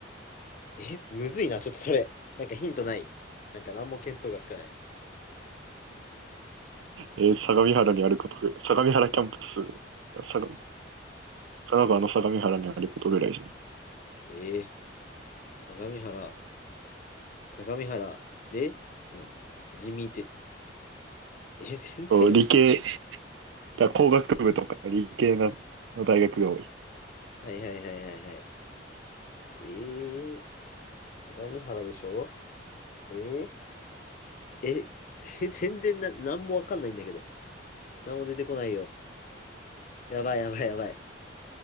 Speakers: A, on the left (about 45°); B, on the right (about 80°).
A: う。え、むずいな、ちょっとそれ。なんかヒントない。なんか何も見当がつかない。
B: えー相模原にあることぐらい、相模原キャンパス、さが神奈川の相模原にあることぐらいじゃん。
A: えー、相模原、相模原で、その、地味って、え、全然わ、
B: そう理系、だから工学部とか理系の、の大学が多い。
A: はいはいはいはいはい。えー相模原でしょえー、え、<laughs> 全然な、なんもわかんないんだけど。なんも出てこないよ。やばいやばいやばい。